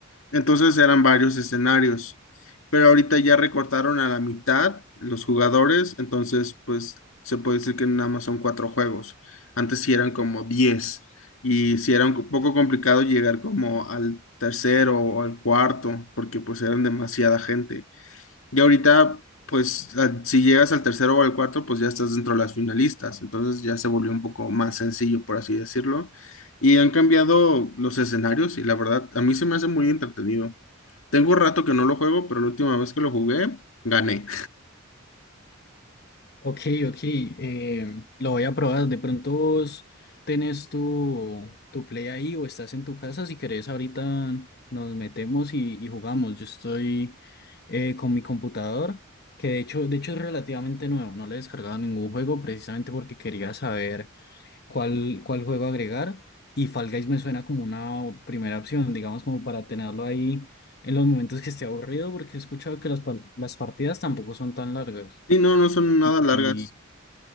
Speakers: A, on the left; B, on the left.
A: Entonces eran varios escenarios, pero ahorita ya recortaron a la mitad los jugadores, entonces pues se puede decir que nada más son cuatro juegos. Antes sí eran como diez y sí era un poco complicado llegar como al tercero o al cuarto porque pues eran demasiada gente. Y ahorita pues a- si llegas al tercero o al cuarto pues ya estás dentro de las finalistas, entonces ya se volvió un poco más sencillo por así decirlo. Y han cambiado los escenarios y la verdad a mí se me hace muy entretenido. Tengo un rato que no lo juego, pero la última vez que lo jugué, gané.
B: Ok, ok, eh, lo voy a probar. De pronto vos tenés tu, tu play ahí o estás en tu casa. Si querés, ahorita nos metemos y, y jugamos. Yo estoy eh, con mi computador, que de hecho, de hecho es relativamente nuevo. No le he descargado ningún juego precisamente porque quería saber cuál, cuál juego agregar. Y Fall Guys me suena como una o- primera opción, digamos, como para tenerlo ahí en los momentos que esté aburrido, porque he escuchado que las, par- las partidas tampoco son tan largas.
A: Y no, no son nada
B: y
A: largas.